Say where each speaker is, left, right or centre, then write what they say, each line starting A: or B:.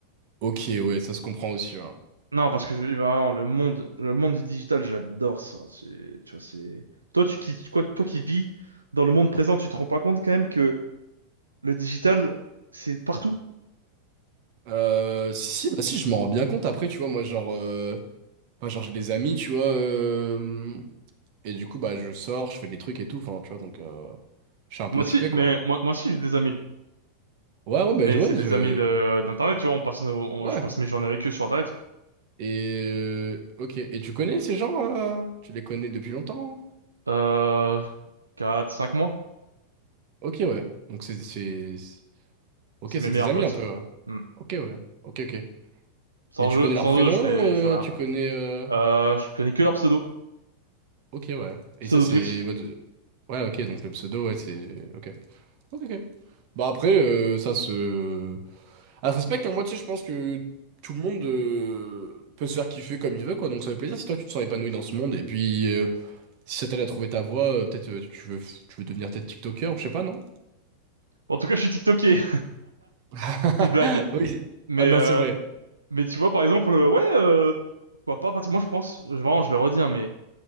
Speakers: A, on the right; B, on the right.
A: Ok, ouais, ça se comprend aussi. ouais.
B: Non, parce que je- vraiment, le monde, le monde du digital, j'adore ça. C'est, tu vois, c'est. Toi, tu qui, quoi- toi qui vis dans le monde présent, tu te rends pas compte quand même que le digital, c'est partout.
A: Euh, si, si, bah si, je m'en rends bien compte après, tu vois, moi, genre... euh, Moi, genre, j'ai des amis, tu vois, euh, et du coup, bah, je sors, je fais des trucs et tout, enfin, tu vois, donc... euh, Je suis un peu
B: Moi
A: occupé,
B: aussi, mais
A: quoi.
B: moi, moi aussi j'ai des amis.
A: Ouais, ouais, bah,
B: Mais
A: ouais,
B: c'est des
A: je...
B: amis de d'internet, tu vois, on passe nos, on-
A: Ouais.
B: je passe mes journées avec eux sur internet.
A: Et... euh, Ok, et tu connais ces gens, euh Tu les connais depuis longtemps?
B: Euh, 4, 5 mois,
A: Ok, ouais. Donc, c'est... c'est- Ok,
B: c'est mes
A: c'est
B: meilleurs
A: tes amis
B: potes.
A: un peu. ouais.
B: Hmm.
A: Ok, ouais. Ok, ok.
B: Sans
A: Et tu
B: eux,
A: connais
B: sans
A: leur prénom,
B: eux, je serais,
A: euh,
B: je serais rien.
A: tu connais. euh,
B: Euh, je connais que leur pseudo,
A: Ok, ouais. Et
B: pseudo
A: ça, c'est
B: Twitch.
A: votre. Ouais, ok, donc le pseudo, ouais, c'est. Ok. Ok, ok. Bah après, euh, ça se. Ah, ça se respecte, hein. Moi, tu sais, je pense que tout le monde euh, peut se faire kiffer comme il veut, quoi. Donc ça fait plaisir si toi, tu te sens épanoui dans ce monde. Et puis, euh, si ça t'aide à trouver ta voie, euh, peut-être euh, tu veux, tu veux devenir peut-être TikToker, ou je sais pas, non?
B: En tout cas, je suis TikToké. <laughs>
A: <laughs>
B: Petite blague.
A: Oui.
B: Mais
A: Ah non,
B: euh,
A: c'est vrai.
B: Mais tu vois, par exemple, euh, ouais, euh, pourquoi pas, parce que moi je pense, je- vraiment, je le redis, hein, mais